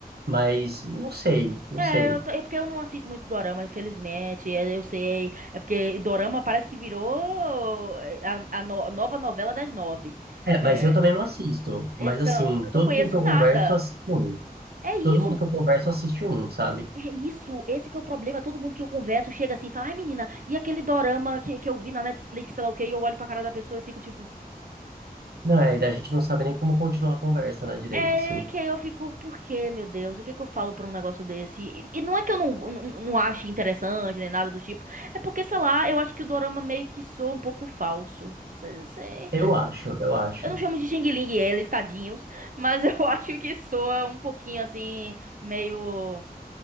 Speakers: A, on the right; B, on the right.
A: Mas não sei, não
B: É,
A: sei.
B: eu, ta- é porque eu não assisto muito dorama, infelizmente. é, Eu sei. É porque dorama parece que virou eh, a, a no- nova novela das nove.
A: É, mas
B: É,
A: eu também não assisto.
B: então,
A: Mas, assim,
B: eu
A: todo
B: não conheço
A: mundo que eu converso
B: nada.
A: assiste um.
B: É isso,
A: Todo mundo que eu converso assiste um, sabe?
B: é isso. Esse que é o problema. Todo mundo que eu converso chega assim e fala: Ai, menina, e aquele dorama que, que eu vi na Netflix, sei lá o quê? E eu olho pra cara da pessoa e fico tipo.
A: Não, é, e daí a gente não sabe nem como continuar a conversa, né, direito,
B: É
A: assim.
B: que aí eu fico, por quê, meu Deus? O que que eu falo pra um negócio desse? E, e não é que eu não, não, não ache interessante nem nada do tipo. É porque, sei lá, eu acho que o dorama meio que soa um pouco falso. Cê- cê-
A: Eu acho, eu acho.
B: Eu não chamo de Xing Ling eles, tadinhos. Mas eu <laughs> acho que soa um pouquinho assim, meio